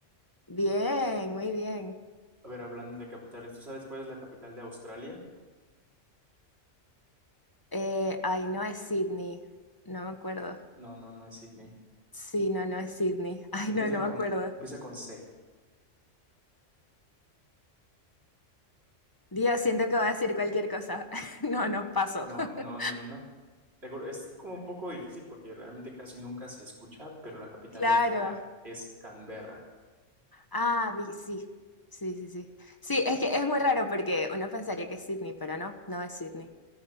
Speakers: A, on the left; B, on the right.
A: Bien, muy bien.
B: A ver, hablando de capitales, ¿tú sabes cuál es la capital de Australia?
A: Eh, ay, no es Sydney, no me acuerdo.
B: No, no, no es Sydney.
A: Sí, no, no es Sydney. <laughs> Ay,
B: Empieza
A: no, no
B: con,
A: me acuerdo.
B: empieza con C.
A: Dios, siento que voy a decir cualquier cosa. <laughs> No, no, paso.
B: No,
A: <laughs>
B: no, no, no, no. De acuerdo, Es como un poco difícil porque realmente casi nunca se escucha, pero la capital
A: Claro.
B: de Australia es Canberra.
A: Ah, vi- sí, sí, sí, sí. Sí, es que es muy raro porque uno pensaría que es Sydney, pero no, no es Sydney.